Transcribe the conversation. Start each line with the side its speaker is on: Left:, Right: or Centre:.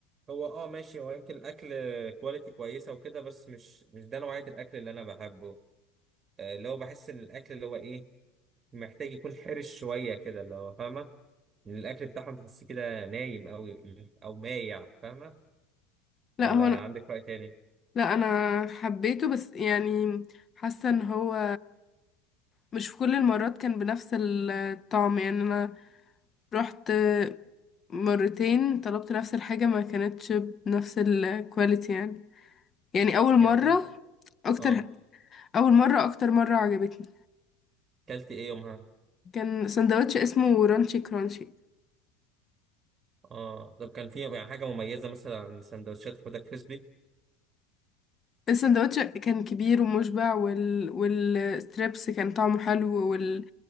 Right: هو اه ماشي هو يمكن الاكل كواليتي كويسه وكده بس مش مش ده نوعيه الاكل اللي انا بحبه آه اللي هو بحس ان الاكل اللي هو ايه محتاج يكون حرش شوية كده اللي هو فاهمة لأن الأكل بتاعهم تحس كده نايم أو أو مايع فاهمة
Left: لا
Right: ولا
Left: هو أنا
Right: عندك رأي تاني
Left: لا انا حبيته بس يعني حاسه ان هو مش في كل المرات كان بنفس الطعم يعني انا رحت مرتين طلبت نفس الحاجه ما كانتش بنفس الكواليتي يعني يعني اول مره
Right: كانت إيه الحق
Left: اكتر
Right: آه
Left: اول مره اكتر مره عجبتني
Right: كلت إيه يومها
Left: كان سندوتش اسمه رانشي كرانشي
Right: آه طب كان في يعني حاجة مميزة مثلا عن سندوتشات حوده كريسبي
Left: السندوتش كان كبير ومشبع وال... والستريبس كان طعمه حلو وال...